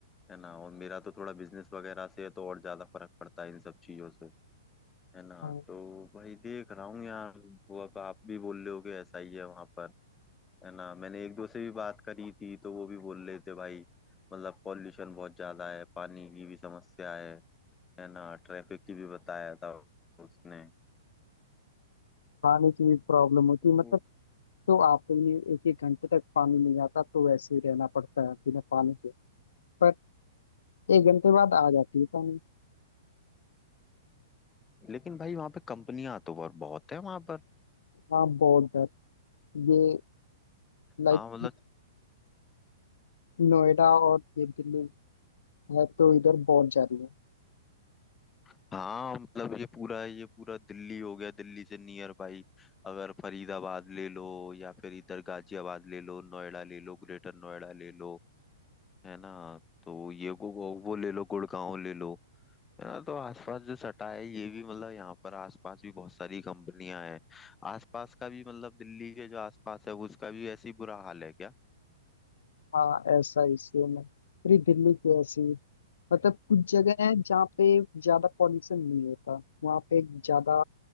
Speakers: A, on the left; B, on the left.
A: है ना और मेरा तो थोड़ा बिजनेस वगैरह से है तो और ज्यादा फर्क पड़ता है इन सब चीजों से है ना
B: हाँ
A: तो भाई देख रहा हूँ यार वो अब आप भी बोल रहे हो कि ऐसा ही है वहां पर है ना मैंने एक दो से भी बात करी थी तो वो भी बोल रहे थे भाई मतलब पॉल्यूशन बहुत ज्यादा है पानी की भी समस्या है है ना ट्रैफिक की भी बताया था उसने
B: पानी की भी प्रॉब्लम होती
A: तो-
B: है मतलब तो आपके लिए एक एक घंटे तक पानी नहीं आता तो वैसे ही रहना पड़ता है बिना पानी के पर एक घंटे बाद आ जाती है पानी
A: लेकिन भाई वहां पे कंपनियां तो बहुत बहुत है वहां पर
B: हाँ बहुत दर ये लाइक
A: हाँ मतलब
B: नोएडा और ये दिल्ली है तो इधर बहुत जा रही है
A: हाँ मतलब ये पूरा ये पूरा दिल्ली हो गया दिल्ली से नियर बाई अगर फरीदाबाद ले लो या फिर इधर गाजियाबाद ले लो नोएडा ले लो ग्रेटर नोएडा ले लो है ना तो ये गो वो वो ले लो गुड़गांव ले लो है ना तो आसपास जो सटा है ये भी मतलब यहाँ पर आसपास भी बहुत सारी कंपनियां हैं आसपास का भी मतलब दिल्ली के जो आसपास है उसका भी ऐसी बुरा हाल है क्या
B: हाँ ऐसा इसलिए में पूरी दिल्ली की ऐसी मतलब कुछ जगह है जहाँ पे ज्यादा पॉल्यूशन नहीं होता वहाँ पे ज्यादा